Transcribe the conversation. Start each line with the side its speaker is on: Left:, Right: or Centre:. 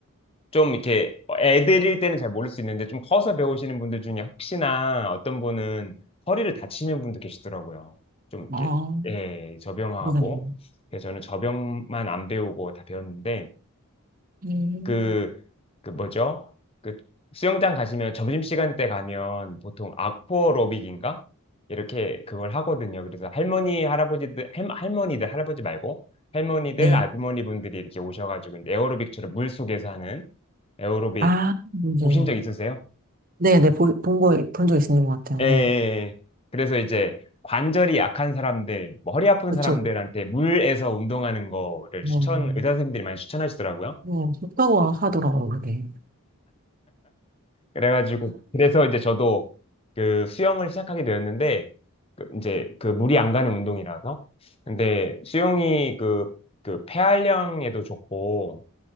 Left: 좀 이렇게 애들일 때는 잘 모를 수 있는데, 좀 커서 배우시는 분들 중에 혹시나 어떤 분은 허리를 다치는 분도 계시더라고요. 좀
Right: 아,
Left: 이렇게, 예, 저병하고.
Right: 그러네요.
Left: 그래서 저는 저병만 안 배우고 다 배웠는데,
Right: 음.
Left: 그, 그 뭐죠? 그 수영장 가시면 점심시간 때 가면 보통 악포로빅인가? 이렇게 그걸 하거든요. 그래서 할머니, 할아버지들, 할, 할머니들, 할아버지 말고 할머니들,
Right: 네,
Left: 아주머니 분들이 이렇게 오셔가지고 이제 에어로빅처럼 물 속에서 하는 에어로빅
Right: 아, 네,
Left: 보신 적 있으세요?
Right: 네, 네, 본 거, 본 적 있는 것 같아요.
Left: 예, 예,
Right: 네,
Left: 예. 그래서 이제 관절이 약한 사람들, 뭐 허리 아픈
Right: 그렇죠.
Left: 사람들한테 물에서 운동하는 거를
Right: 네,
Left: 추천,
Right: 음.
Left: 의사 선생님들이 많이 추천하시더라고요.
Right: 네, 좋다고 하더라고요, 그게.
Left: 그래가지고 그래서 이제 저도 그 수영을 시작하게 되었는데 그 이제 그 물이 안 가는 운동이라서 근데 수영이 그 그 폐활량에도 좋고